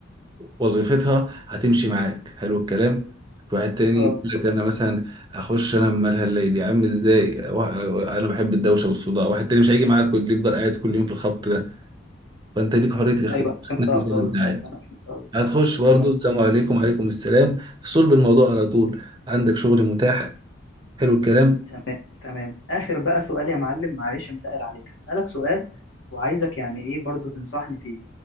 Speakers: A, on the right (about 20°); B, on the left (about 70°).
A: وظيفتها هتمشي معاك حلو الكلام في واحد تاني
B: اه
A: يقول لك انا مثلا اخش انا من مالها الليل يا عم ازاي وا- انا بحب الدوشه والصداع واحد تاني مش هيجي معاك كل يفضل قاعد كل يوم في الخط ده فانت ليك حريه الاختيار
B: ايوه فهمت
A: تنقي زي
B: قصدك
A: ما انت عايز
B: انا فهمت قصدك
A: هتخش برضه
B: امم
A: السلام عليكم وعليكم السلام في صلب الموضوع على طول عندك شغل متاح حلو الكلام
B: تمام تمام اخر بقى سؤال يا معلم معلش انتقل عليك هسألك سؤال وعايزك يعني ايه برضو تنصحني فيه